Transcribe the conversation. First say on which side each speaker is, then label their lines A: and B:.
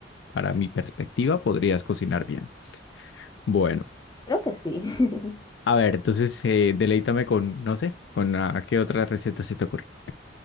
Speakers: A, on the left; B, on the left.
A: para mi perspectiva, podrías cocinar bien. Bueno.
B: creo que sí. <laughs>
A: A ver, entonces eh, deleítame con, no sé, con ah, qué otra receta se te ocurre.